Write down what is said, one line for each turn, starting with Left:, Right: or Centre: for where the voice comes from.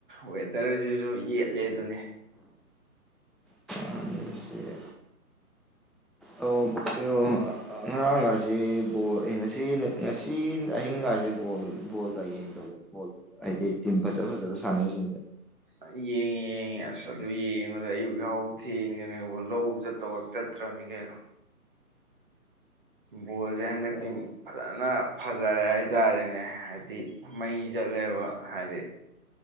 Right: ꯋꯦꯗ꯭ꯔꯖꯤꯖꯨ ꯌꯦꯠꯂꯦꯗꯨꯅꯤ
Centre: ꯑ ꯅꯨꯡꯁꯤꯌꯦ ꯑꯣ ꯀꯩꯅꯣ ꯉꯔꯥꯡꯒꯥꯖꯦ ꯕꯣꯜ ꯑꯦ ꯉꯁꯤ ꯉꯁꯤ ꯑꯍꯤꯡꯒꯥꯖꯦ ꯕꯣꯜ ꯕꯣꯜꯒ ꯌꯦꯡꯗꯕꯣ ꯕꯣꯜ ꯍꯥꯏꯗꯤ ꯇꯤꯝ ꯐꯖ ꯐꯖꯕ ꯁꯥꯟꯅꯔꯤꯖꯤꯡꯖꯦ
Right: ꯑ ꯌꯦꯡꯉꯦ ꯌꯦꯡꯉꯦ ꯑꯁ ꯑꯗꯨ ꯌꯦꯡꯕꯗ ꯑꯌꯨꯛ ꯌꯥꯍꯧ ꯊꯦꯡꯒꯦꯅꯕ ꯂꯧ ꯆꯠ ꯇꯧꯒ꯭ꯔꯛ ꯆꯠꯇ꯭ꯔꯝꯃꯤ ꯀꯩꯅꯣ ꯕꯣꯜꯖꯦ ꯍꯟꯗꯛꯇꯤ
Centre: ꯑꯣ
Right: ꯐꯖꯅ ꯐꯖꯔꯦ ꯍꯥꯏꯇꯥꯔꯦꯅꯦ ꯍꯥꯏꯕꯗꯤ ꯃꯩ ꯆꯠꯂꯦꯕ ꯍꯥꯏꯗꯤ